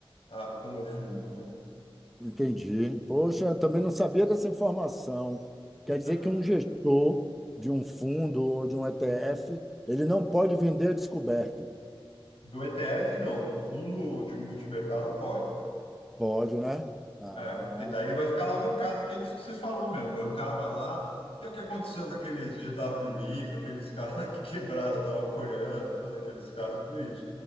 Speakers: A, on the left (about 80°); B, in the centre.
A: Ah, como fundo, né?
B: entendi. Poxa, eu também não sabia dessa informação. Quer dizer
A: É.
B: que um gestor de um fundo ou de um ETF, ele não pode vender a descoberto.
A: Do ETF não, do fundo de multimercado pode.
B: Pode, né? Ah,
A: É, porque daí ele vai ficar alavancado, que é isso que você falou mesmo. Aí o cara vai lá, que é o que aconteceu com aqueles GWI, com aqueles <laughs> caras lá que quebraram toda a coreana, todos aqueles caras, foi isso.